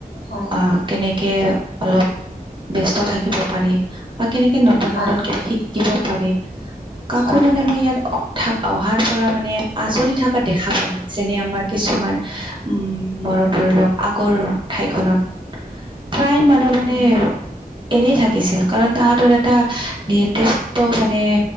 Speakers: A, on the left (about 90°); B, on the right (about 30°).
A: হয়
B: আহ কেনেকে অলপ ব্যস্ত থাকিব পাৰে বা কেনেকে নতুন
A: হয়
B: নতুন
A: হয়
B: কিবা
A: হয়
B: শিকিব পাৰি কাকো
A: হয়
B: মানে মই ইয়াত অহাৰ পৰা মানে আজৰি থকা দেখা পোৱা নাই। যেনে আমাৰ কিছুমান উম মোৰো ধৰি লওক আগৰ ঠাইখনত
A: <inaudible>
B: প্ৰায়, মানুহ মানে,
A: উম
B: এনেই থাকিছিল। কাৰণ, তাহাঁতৰ এটা, নিৰ্দিষ্ট নিৰ্দিষ্ট মানে,